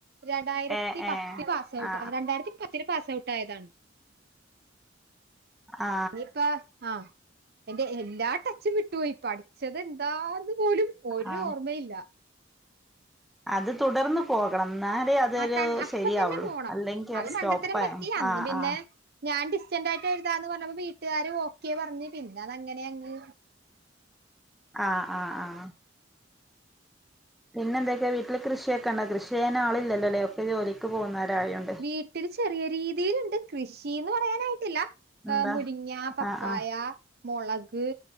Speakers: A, on the right; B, in the centre.
A: രണ്ടായിരത്തി
B: ഏ
A: പത്തിൽ
B: ഏ
A: പാസഔട്ട്
B: ആ
A: രണ്ടായിരത്തിപ പത്തിൽ പാസ് ഔട്ട് ആയതാണ്
B: ആ ആ
A: ഇനിയിപ്പ ആഹ എന്റെ എല്ലാ ടച്ചും വിട്ടുപോയി പഠിച്ചത് എന്താന്ന് പോലും ഒരു
B: ആ
A: ഓർമ്മയില്ല.
B: അത് തുടർന്ന് പോകണം എന്നാലേ അതരു
A: ആ കൺ അപ്പ
B: ശരിയാവുള്ളു
A: തന്നെ പോണം
B: അല്ലെങ്കിൽ അത് സ്റ്റോപ്പ
A: മണ്ടത്തരം
B: ആായ
A: പറ്റി അന്ന്
B: ആ
A: പിന്നെ
B: ആ
A: ഞാൻ ഡിസ്റ്റന്റ് ആയിട്ട് എഴുത എന്ന് പറഞ്ഞപ്പോ വീട്ടുകാർ ഓക്കെ പറഞ്ഞു പിന്നെ അത് അങ്ങനെ അങ്ങ്
B: ആഹ ആ ആഹ പിന്നെന്തൊക്കെയ വീട്ടില് കൃഷിയൊക്കെണ്ട കൃഷ ചെയ്യാ ആളില്ലല്ലോല്ലേ ഒക്കെ ജോലി പോകുന്നവരായണ്ട്.
A: വീട്ടിൽ ചെറിയ രീതിയിലുണ്ട് കൃഷിന്ന് പറയാനായിട്ടില്ല.
B: എന്താ
A: ആ മുരിങ്ങ, പപ്പായ-
B: ആഹ് ആഹ്
A: മോളക്